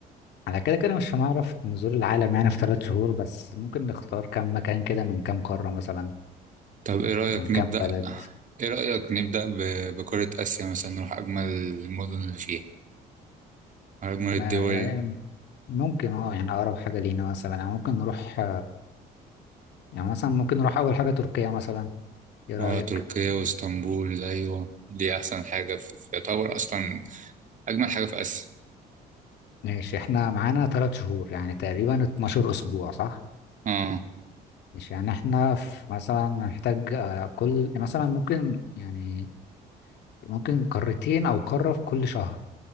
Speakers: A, on the left; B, on the right.
A: على كده كده مش هنعرف نزور العالم يعني في ثلاث شهور بس ممكن نختار كم مكان كده من كم قاره مثلا
B: طب ايه رأيك
A: يعني كم
B: نبدأ
A: بلد
B: ايه رأيك نبدأ ب- بقارة اسيا مثلا نروح اجمل المدن اللي فيها أجمل الدول
A: ما يعني ممكن اه يعني اقرب حاجه لينا مثلا يعني ممكن نروح يعني مثلا ممكن نروح اول حاجه تركيا مثلا ايه رايك
B: اه تركيا واسطنبول ايوه دي احسن حاجه في في- يعتبر اصلا اجمل حاجه في اسيا
A: ماشي احنا معانا ثلاث شهور يعني تقريبا 12 اسبوع صح
B: اه
A: مش يعني احنا في مثلا هنحتاج آه، كل مثلا ممكن يعني ممكن قارتين او قارة في كل شهر